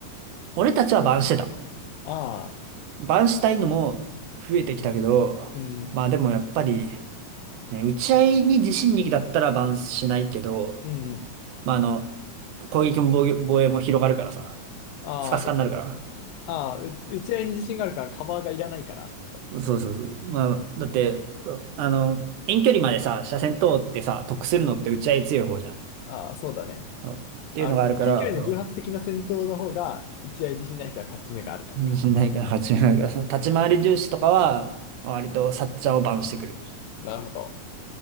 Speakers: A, on the right; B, on the left.
A: 俺たちはバンしてた。
B: ああ。
A: バンしたいのも増えてきたけど、
B: うん。うん。
A: まあでもやっぱり、ね、打ち合いに自信力だったらバンしないけど、
B: うん。
A: まああの、攻撃も防御防衛も広がるからさ、
B: ああ、
A: スカスカになるから。
B: えああ、う打ち合いに自信があるからカバーがいらないからってこと。
A: そうそうそう。まあ、だって、あの、遠距離までさ、車線通ってさ、得するのって打ち合い強い方じゃん。
B: ああ、そうだね。
A: あっていうのがあるから、
B: あ、近距離の偶発的な戦闘の方が、打ち合い自信ない人は勝ち目があるからか。
A: 自信 <laughs> ないから始めないから、その立ち回り重視とかは、割とサッチャーをバンしてくる。
B: なるほど。